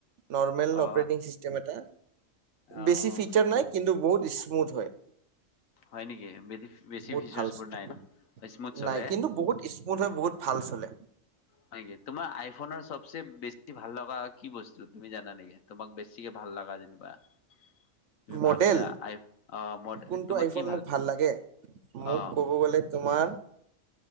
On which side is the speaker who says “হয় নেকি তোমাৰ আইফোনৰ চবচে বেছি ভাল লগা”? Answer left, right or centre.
Left